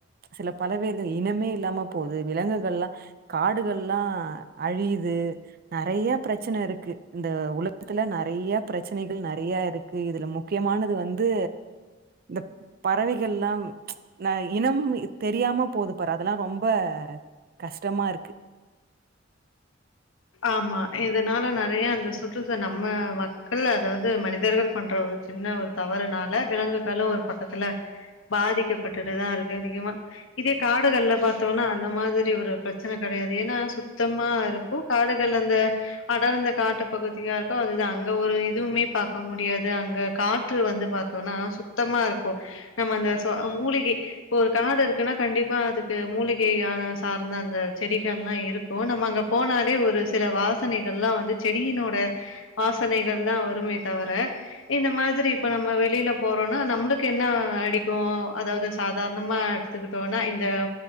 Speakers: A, on the right; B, on the left.
A: சில பறவைகள் இனமே இல்லாம போது விலங்குகள்லா காடுகள்ல்லா அழியிது நெறைய பிரச்சன ருக்கு இந்த உல த் துல நெறைய பிரச்சனகள் நெறைய ருக்கு இதுல முக்கியமானது வந்து தப் பறவைகள்லாம் ந இனம் தெரியாம போதுப்பாரு அதெல்லா ரொம்ப கஷ்டமா ருக்கு
B: ஆமா இதனால நெறைய அந்த சுற்றுச நம்ம மக்கள் அதாவ்து மனிதர்கள் பண்ற சின்ன ஒரு தவறுனால விலங்குகளு ஒரு பக்கத்துல பாதிக்கப்பட்டுட்டுதா ருக் அதிகமா இதே காடுகள்ல பாத்தோனா அந்த மாதிரி ஒரு பிரச்சன க அது ஏன்னா சுத்தமா இருக்கு காடுகள் அந்த அடர்ந்த காட்டு பகுதியா இருக்கு அதுதா அங்க ஒரு இதுவுமே பாக்க முடியாது அங்க காற்று வந்து பாத்தோனா சுத்தமா இருக் கோ நம்ம அந்த சோ மூலிகை இப்ப ஒரு காடு இருக்குன்னா கண்டிப்பா அதுக்கு மூலிகையான சார் ந்த அந்த செடிகள் எல்லா இருக்கு நம்ம அங்க போன ஒரு சில வாசனைகள்லா வந்து செடியினோட வாசனைகள் தா வருமே தவர இந்த மாதிரி இப்போ நம்ம வெளியில போறோம்னா நம்மளுக்கு என்ன அடிக்கு அதாவது சாதாரணமா கத்துக்கிட்டோம்னா இந்த